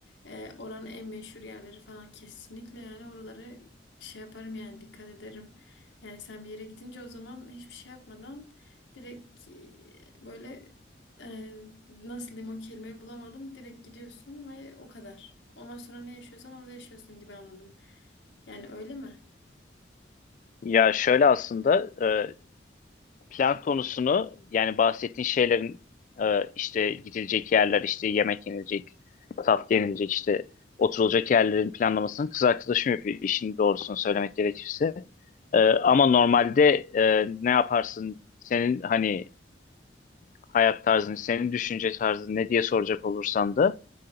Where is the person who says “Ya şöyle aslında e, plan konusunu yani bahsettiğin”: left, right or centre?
Left